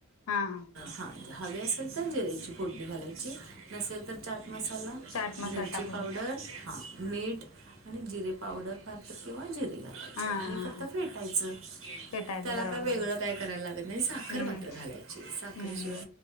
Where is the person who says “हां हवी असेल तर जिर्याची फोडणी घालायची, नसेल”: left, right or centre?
Right